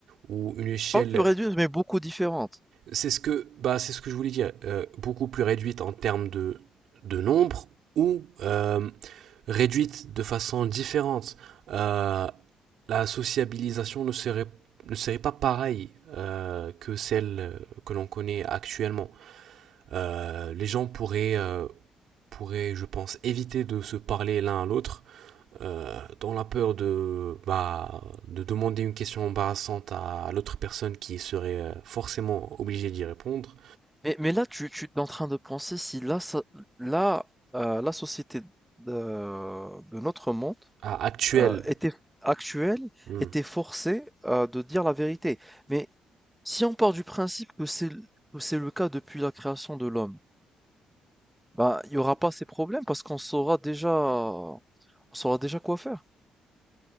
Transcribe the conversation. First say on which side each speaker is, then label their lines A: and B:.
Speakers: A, on the right (about 70°); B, in the centre.
A: ou une échelle
B: Pas plus réduite, mais beaucoup différente.
A: C'est ce que, bah, c'est ce que je voulais dire. euh, beaucoup plus réduite en termes de, de nombre ou euh, réduite de façon différente. Euh, la sociabilisation ne serait, ne serait pas pareille euh, que celle euh, que l'on connaît actuellement. Euh, les gens pourraient, euh, pourraient, je pense, éviter de se parler l'un à l'autre euh, dans la peur de, bah, de demander une question embarrassante à, à l'autre personne qui serait euh, forcément obligée d'y répondre.
B: Mais, mais là, tu, tu es en train de penser si là, ça- là, euh, la société de, de notre monde
A: Ah, actuel.
B: euh, était actuelle,
A: Hmm.
B: était forcée euh, de dire la vérité. Mais si on part du principe que c'est l- que c'est le cas depuis la création de l'homme, bah, il n'y aura pas ces problèmes parce qu'on saura déjà, on saura déjà quoi faire.